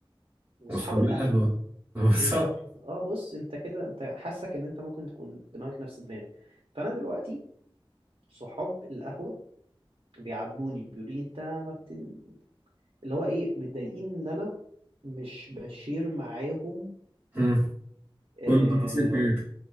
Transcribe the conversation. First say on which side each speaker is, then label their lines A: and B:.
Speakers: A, on the right; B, on the right.
A: وصحاب
B: واصحاب
A: القهوة
B: القهوة <laughs> بالظبط
A: بالظبط اه بص انت كده انت حاسك ان انت ممكن تكون دماغك نفس دماغي فانا دلوقتي صحاب القهوة بيعاتبوني بيقولوا لي انت ما بتن... اللي هو ايه متضايقين ان انا مش بشير معاهم
B: مم. كل
A: اه,
B: تفاصيل حياتك